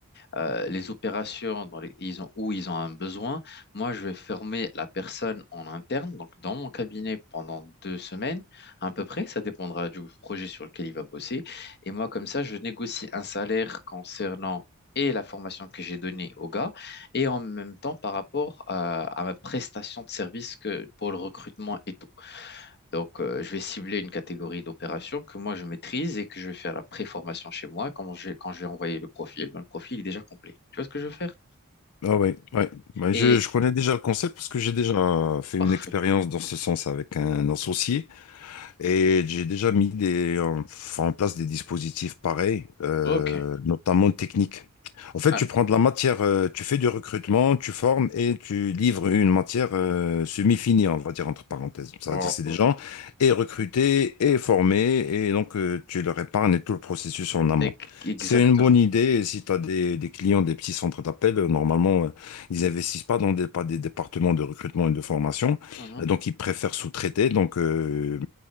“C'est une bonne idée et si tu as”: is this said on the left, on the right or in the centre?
Left